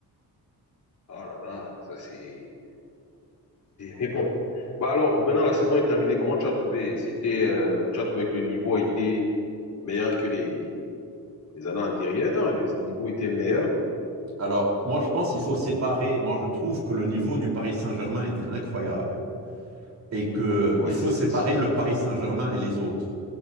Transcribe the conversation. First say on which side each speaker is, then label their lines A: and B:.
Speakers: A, on the left; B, on the right.
A: Oh là là, ça c'est. Mais bon. Bah alors, maintenant la saison est terminée, comment tu as trouvé C'était, euh, Tu as trouvé que le niveau était meilleur que les, les années antérieures, les niveaux étaient meilleurs.
B: Alors, moi, je pense qu'il faut séparer. Moi, je trouve que le niveau du Paris Saint-Germain était incroyable et qu'il
A: Oui,
B: faut
A: ça
B: séparer
A: c'est sûr.
B: le Paris Saint-Germain et les autres.